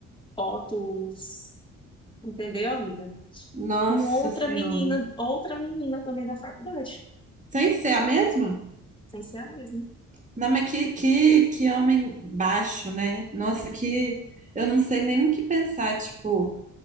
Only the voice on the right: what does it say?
Nossa
Senhora.
Sem ser a mesma?
Não, mas que, que, que homem baixo, né? Nossa, que. Eu não sei nem o que pensar. Tipo,